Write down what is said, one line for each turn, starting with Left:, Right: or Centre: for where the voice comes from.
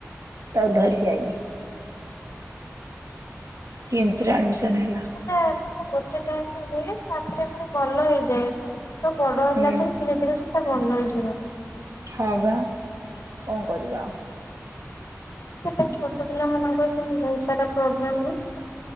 Right: ତାକୁ ଧରି ଆଇନି। କିମ୍ସ ରେ ଆଡମିସନ୍ ହେଲା।
Left: ସେତେ ମାନେ ଗୋଟେ ଟାଇମ୍ ରେ ହୁଏ ତାପରେ ପୁଣି ଭଲ ହେଇଯାଏ। ତ ବଡ ହେଲା
Right: ହୁଁ
Left: ପରେ ଧୀରେ ଧୀରେ ସେଟା ଭଲ ହେଇଯିବ।
Right: ହଁ ବା କଣ କରିବା ଆଉ।
Left: ସେ ତ ଛୋଟ ପିଲାମାନାନଙ୍କର ସେମତି ବହୁତ ସାରା ପ୍ରୋବ୍ଲେମ୍ <inaudible>